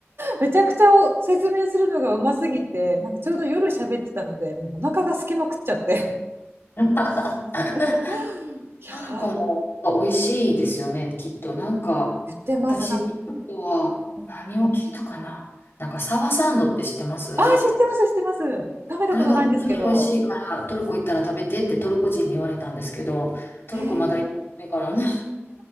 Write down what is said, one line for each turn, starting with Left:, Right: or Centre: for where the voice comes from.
Right: めちゃくちゃを説明するのがうますぎてなんかちょうど夜喋ってたのでもうお腹がすきまくっちゃって
Left: <laughs>
Right: <laughs> いやー
Left: パルコも美味しいですよね、きっと。なんか、
Right: 言ってますなんか、
Left: 私、パルコは何を聞いたかななんか、
Right: うん
Left: サバサンドって知ってます
Right: あー知ってます知ってます食べたことないんですけど、
Left: それが本当に美味しいから、トルコ行ったら食べてってトルコ人に言われたんですけど、トルコまだ行ってないからね。
Right: えー、